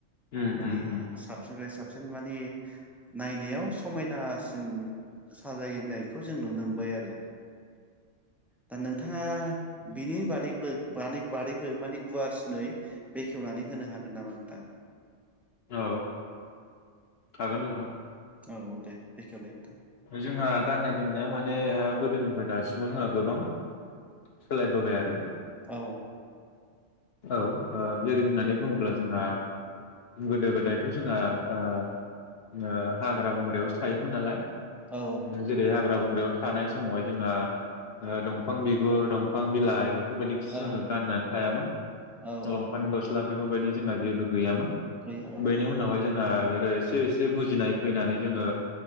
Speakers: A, on the left; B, in the centre.
A: उम
B: माने
A: उम उम
B: साबसिननिफ्राय साब जों मानि नायनायाव सम मायनासिन साजायनायखौ जों नुनो मोनबाय आरो दा नोंथाङा बिनि बादैबो बादै बादैबो माने गुवारसिनै बेखेवनानै होनो हागोन नामा नोंथां?
A: औ हागोन नोंथां
B: औ दे बेखेवलाय नोंथां?
A: जोंहा गाननाय जोमनाया माने ओ गोदोनिफ्राय दासिमाव जोंहा गोबां सोलायबोबाय आरो
B: औ
A: औ जेरै होननानै बुंङोब्ला जोंहा गोदो गोदायथ' जोंहा ओ ओ हाग्रा बंग्रायावसो थायोमोन नालाय।
B: औ
A: जेरै हाग्रा बंग्रायाव थानाय समाव जोंहा ओ दंफां बिगुर, दंफां बिलाइ बेफोरबायदि फिस
B: औ
A: जोङो गाननानै थायामोन।
B: औ
A: लंपेन
B: औ
A: गस्ला दों बेफोरबायदि जोंहा जेबो गैयामोन।
B: गैयामोन
A: बेनि उनावहाय जोंहा ओ एसे एसे बुजिनाय फैनानै जोंङो